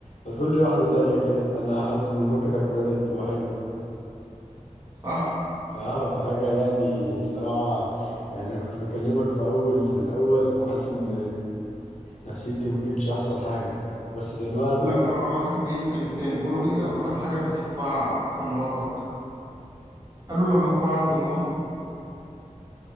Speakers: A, on the left; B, on the right.
A: ما تقول لي واحده تانية كده انا حاسس ان نكتك بدأت تبقى حلوه
B: صح
A: اه حاجة يعني صراحة يعني انا كنت بكلمك في اول في الاول حاسس ان نفسيتي ما كانتش احسن حاجة بس دلوقتي
B: بقول لك مرة واحد بيسأل التاني بيقول له إيه
A: <laughs>
B: أكتر حاجة بتحبها في مراتك قال له لما تكون عند أمها